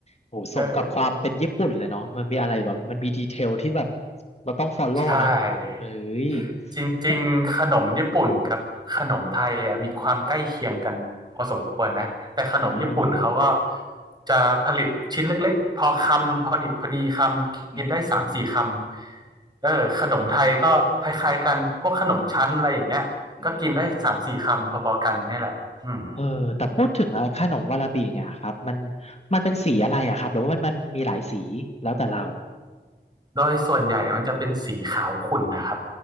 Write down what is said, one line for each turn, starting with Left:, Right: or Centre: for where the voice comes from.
Left: โอ้โหสมกับความเป็นญี่ปุ่นเลยเนาะมันมีอะไรแบบมันมีดีเทลที่แบบ
Right: เออ
Left: เราต้องฟอลโล่นะ
Right: ใช่
Left: เฮ้ย
Right: จริงๆขนมญี่ปุ่นกับขนมไทยอ่ะมีความใกล้เคียงกันพอสมควรนะแต่ขนมญี่ปุ่นเขาก็
Left: มันอ่า
Right: จะผลิตชิ้นเล็กๆพอคำพอดิบพอดีคำกินได้สามสี่ค
Left: อืม
Right: ำเออขนมไทยก็คล้ายๆกันพวกขนมชั้นอะไรอย่างเงี้ยก็กินได้สามสี่คำพอๆกันนี่แหละอืม
Left: อืม เออแต่พูดถึงไอ้ขนมวาราบิเนี่ยครับมันมันเป็นสีอะไรอะครับหรือว่ามันมันมีหลายสีแล้วแต่เรา
Right: โดยส่วนใหญ่มันจะเป็นสีขาวขุ่นนะครับ